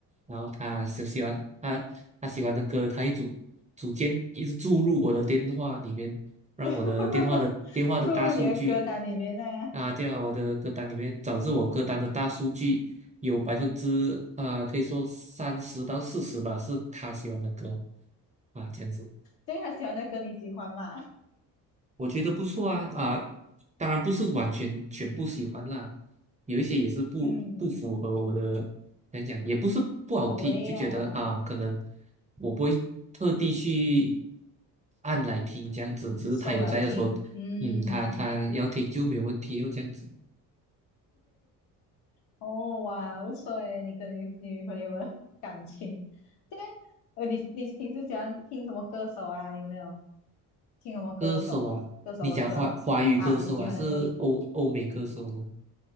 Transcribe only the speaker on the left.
<laughs> 注入你的歌单里面那样。
对他喜欢的歌你喜欢吗？
嗯，
口味啊，
收来听。嗯，
哦哇，不错诶，你跟你女朋友的感情。这样，呃，你你平时喜欢听什么歌手啊？你有没有听什么歌手？
歌手的歌啊，
你喜欢的歌，